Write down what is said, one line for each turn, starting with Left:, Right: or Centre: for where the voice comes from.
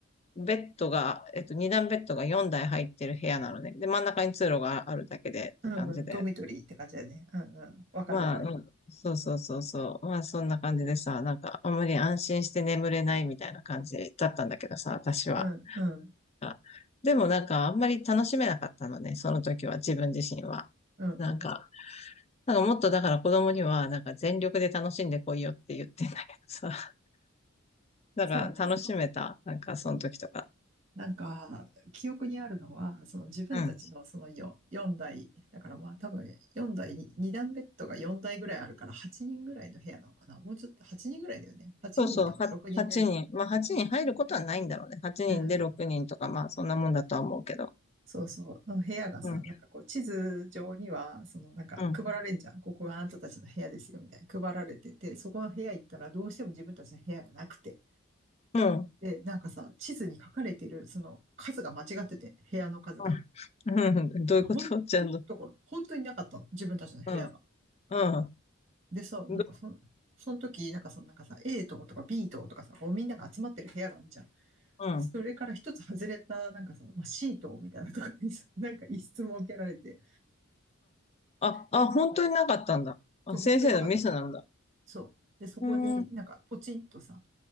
Left: ベッドが、えっと、二段ベッドが4台入ってる部屋なのね。で、真ん中に通路があるだけでって感じで。
Right: うんうん、ドミトリーって感じだね。うんうん。わかるわかる。
Left: まあ、うん、そうそうそうそう。まあ、そんな感じでさ、なんか、あんまり安心して眠れないみたいな感じだったんだけどさ、私は。
Right: うん、うん、
Left: あでもなんか、あんまり楽しめなかったのね、その時は、自分自身は。
Right: うん、
Left: なんか、
Right: うん。
Left: なんかもっとだから子供には、なんか全力で楽しんでこいよって言ってんだけどさ、<laughs> だから楽しめた、
Right: そうね。
Left: なんかその時とか。
Right: なんか、記憶にあるのは、その自分たちのその4、
Left: うん。
Right: 四台、だからまあ多分4台に、2段ベッドが4台ぐらいあるから8人ぐらいの部屋なのかな。もうちょっと8人ぐらいだよね。8人とか6人ぐらい。
Left: そうそう、は、8人。まあ、8人入ることはないんだろうね。8人で6人とか、
Right: うん。
Left: まあ、そんなもんだとは思うけど。
Right: そうそう。の部屋がさ、
Left: うん、
Right: なんかこう地図上には、そのなんか配られんじゃん。
Left: うん、
Right: ここがあなたたちの部屋ですよ、みたいな。配られてて、そこの部屋行ったらどうしても自分たちの部屋がなくて。
Left: うん、うん、
Right: で、なんかさ、地図に書かれてる、その数が間違ってて、部屋の数が。
Left: <laughs> うんどういうことちゃんと。
Right: ほんところ、本当になかったの。自分たちの部屋が。
Left: うん、う
Right: でさ、なんかそん、
Left: ん、ど
Right: その時、なんかそのなんかさ、A 棟とか B 棟とかさ、こうみんなが集まってる部屋があるじゃん。
Left: うん、
Right: それから一つ外れた、
Left: うん。
Right: なんかさ、まあ、C 棟みたいなところにさ、<laughs> なんか一室設けられて。
Left: あ、あ、
Right: で、
Left: 本当になかったんだ。あ、
Right: そう、
Left: 先生のミスなんだ。
Right: 本当になかった。そう。で、そこになんかポチンとさ、
Left: うーん、